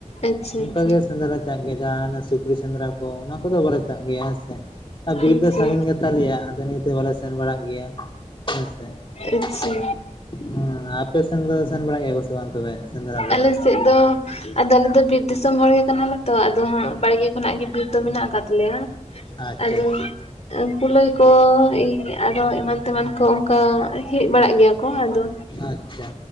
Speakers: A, on the left (about 55°); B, on the left (about 40°).
A: ᱟᱪᱪᱷᱟ
B: ᱚᱱᱠᱟ
A: ᱟᱪᱪᱷᱟ
B: ᱜᱮ ᱥᱮᱸᱫᱽᱨᱟ ᱪᱟᱜ ᱜᱮᱭᱟ ᱡᱟᱦᱟ ᱱᱟᱜ ᱥᱩᱠᱨᱤ ᱥᱮᱸᱫᱽᱨᱟ ᱠᱚ, ᱚᱱᱟ ᱠᱚᱫᱚ ᱵᱟᱞᱮᱪᱟᱜ ᱜᱮᱭᱟ ᱦᱮᱸᱥᱮ, ᱟᱨ ᱵᱤᱨ
A: ᱟᱪᱪᱷᱟ
B: ᱫᱚ ᱥᱟᱺᱜᱤᱧ ᱠᱟᱛᱮ ᱛᱟᱞᱮᱭᱟ ᱟᱫᱚ ᱱᱤᱭᱟᱹᱛᱮ ᱵᱟᱞᱮ ᱥᱮᱱ ᱵᱟᱲᱟᱜ ᱜᱮᱭᱟ ᱦᱮᱸᱥᱮ
A: ᱟᱪᱪᱷᱟ
B: ᱾ ᱦᱩᱸ ᱟᱯᱮ ᱥᱮᱱ ᱫᱚ ᱥᱮᱱ ᱵᱮᱲᱟᱜ ᱜᱮᱭᱟ ᱥᱮ ᱵᱟᱝ ᱛᱚᱵᱮ? ᱥᱮᱸᱫᱽᱨᱟ ᱠᱚ
A: ᱟᱞᱮ ᱥᱮᱜ ᱫᱚ ᱟᱫᱚᱬᱟᱞᱮ ᱫᱚ ᱵᱤᱨ ᱫᱤᱥᱚᱢ ᱦᱚᱲ ᱜᱮ ᱠᱟᱱᱟᱞᱮ ᱛᱚ ᱟᱫᱚ ᱦᱟᱸᱜ ᱵᱟᱲᱜᱮ ᱠᱷᱚᱱᱟᱜ ᱜᱮ ᱵᱤᱨᱛᱚ ᱢᱮᱱᱟᱜ ᱟᱠᱟᱫ ᱛᱟᱞᱮᱭᱟ
B: ᱟᱪᱪᱷᱟ
A: ᱟᱫᱚ
B: ᱟᱪᱪᱷᱟ
A: ᱠᱩᱞᱟᱹᱭ ᱠᱚ ᱟᱨᱚ ᱮᱢᱟᱱ ᱛᱮᱢᱟᱱ ᱠᱚ ᱚᱱᱠᱟ ᱦᱮᱡ ᱵᱟᱲᱟᱜ ᱜᱮᱭᱟ ᱠᱚ ᱾ ᱟᱫᱚ
B: ᱟᱪᱪᱷᱟ